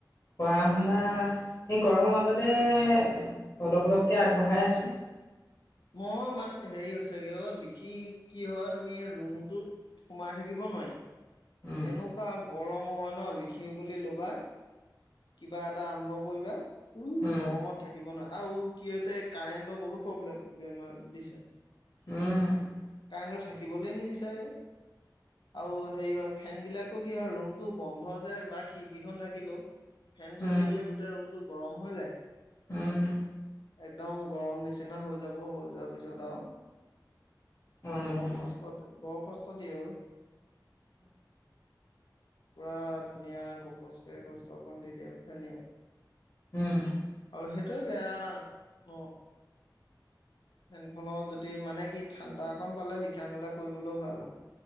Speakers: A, on the left; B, on the left.
A: পঢ়া শুনাা এই গৰমৰ মাজতে অলপ অলপকৈ আগবঢ়াই আছোঁ।
B: মই মাৰ হেৰি হৈছেগে অ লিখি কি হয় তুমি ৰুমটো। সোমাই থাকিব নোৱাৰি
A: উম
B: এনেকুৱা গৰম হয় নহ লিখিম বুলি ল'বা। কিবা এটা আৰম্ভ কৰিবা উ
A: উম
B: গৰমত থাকিব নৱা আৰু কি হৈছে কাৰেণ্টৰ বহুত প্ৰব্লেম বেমাৰ দিছে।
A: <unintelligible>
B: কাৰেণ্টটো থাকিবলৈ নিবিচাৰে অ। আৰু হেৰি হয় ফেন বিলাকো কি হয় ৰুমটো বন্ধ যে বা খিৰিকিখন থাকিলেও। ফেন চলি
A: উম
B: থাকিলে গোটেই ৰুমটো গৰম হৈ যায়।
A: উম।
B: একদম গৰম নিচিনা হৈ যাব হৈ যোৱাৰ পিছত আৰু
A: উম
B: বৰ
A: উম
B: কচ <unintelligible> বৰ কষ্ট দিয়ে অই। পুৰা ধুনীয়া গপচকে। <unintelligible> <unintelligible> দি দিয়ে এনেও
A: উম,
B: আৰু সেই <unintelligible> বেয়া অ। ফেনখনো যদি মানে কি ঠাণ্ডা অকণ পালে লিখা মেলা কৰিবলৈও ভাল হয়।